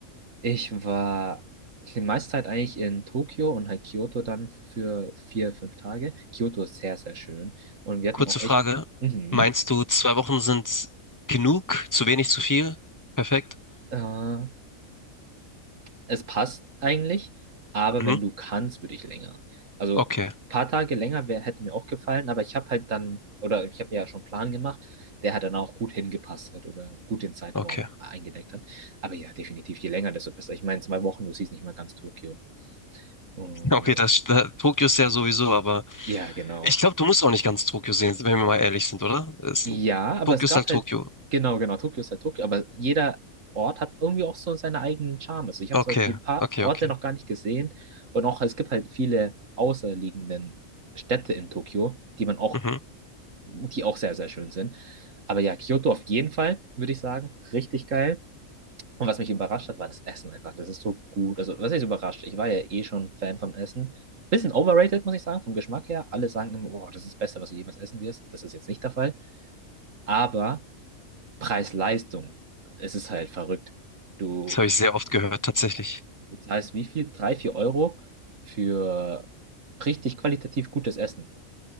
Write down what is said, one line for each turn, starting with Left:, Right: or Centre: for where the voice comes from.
Right: Ich war die meiste Zeit eigentlich in Tokio und halt Kyoto dann für vier, fünf Tage. Kyoto ist sehr, sehr schön. Und wir hatten
Left: Kurze
Right: auch echt,
Left: Frage.
Right: mhm,
Left: Meinst du, zwei Wochen sind genug? Zu wenig, zu viel? Perfekt.
Right: äh, es passt eigentlich, aber
Left: Mhm.
Right: wenn du kannst, würde ich länger. Also
Left: Okay,
Right: ein paar Tage länger wär, hätte mir auch gefallen, aber ich habe halt dann, oder ich habe ja schon einen Plan gemacht, der hat dann auch gut hingepasst hat oder gut den Zeitraum
Left: okay. <laughs>
Right: eingedeckt hat. Aber ja, definitiv, je länger, desto besser. Ich meine, zwei Wochen, du siehst nicht mal ganz Tokio. Und
Left: Okay, das, da, Tokio ist ja sowieso, aber.
Right: ja, genau.
Left: Ich glaube, du musst auch nicht ganz Tokio sehen, wenn wir mal ehrlich sind, oder? Es,
Right: Ja, aber
Left: Tokio
Right: es
Left: ist
Right: gab
Left: halt Tokio.
Right: halt, genau, genau, Tokio ist halt Tokio, aber jeder Ort hat irgendwie auch so seinen eigenen Charme. Also ich habe
Left: Okay,
Right: zum Beispiel ein paar
Left: okay,
Right: Orte
Left: okay.
Right: noch gar nicht gesehen und auch es gibt halt viele außerliegenden Städte in Tokio, die man auch,
Left: Mhm.
Right: die auch sehr, sehr schön sind. Aber ja, Kyoto auf jeden Fall, würde ich sagen, richtig geil. Und was mich überrascht hat, war das Essen einfach. Das ist so gut. Also, was ist überrascht? Ich war ja eh schon Fan vom Essen. Bisschen overrated, muss ich sagen, vom Geschmack her. Alle sagen immer, oh, das ist das Beste, was du jemals essen wirst. Das ist jetzt nicht der Fall. Aber Preis-Leistung. Es ist halt verrückt. Du
Left: Das habe ich sehr oft gehört, tatsächlich.
Right: Ja. bezahlst wie viel? Drei, vier Euro für richtig qualitativ gutes Essen.